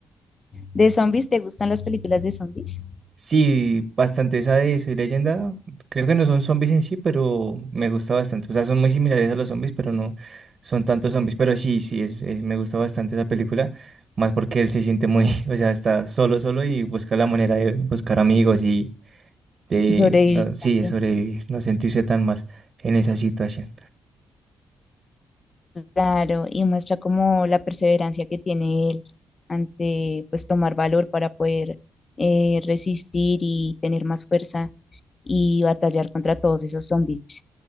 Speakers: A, on the left; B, on the right.
A: de zombies? ¿Te gustan las películas de zombies?
B: Sí, bastante esa de Soy Leyenda. Creo que no son zombies en sí, pero me gusta bastante. O sea, son muy similares a los zombies, pero no son tantos zombies. Pero sí, sí, es, es- me gusta bastante esa película. Más porque él se siente muy, <laughs> o sea, está solo, solo y busca la manera de buscar amigos y de,
A: Y sobrevivir
B: no, sí,
A: también,
B: de sobrevivir, no sentirse tan mal en esa situación.
A: claro, y muestra como la perseverancia que tiene él ante pues tomar valor para poder eh, resistir y tener más fuerza y batallar contra todos esos zombies,